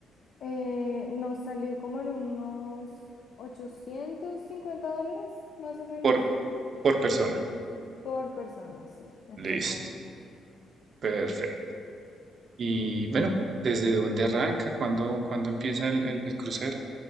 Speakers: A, on the left; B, on the right.
A: eh, nos salió como en unos 850 dólares, más o menos,
B: Por, por persona.
A: por persona. Sí, exactamente.
B: Listo. Perfecto. Y bueno, ¿desde dónde arranca? ¿Cuándo, cuándo empieza el, el- el crucero?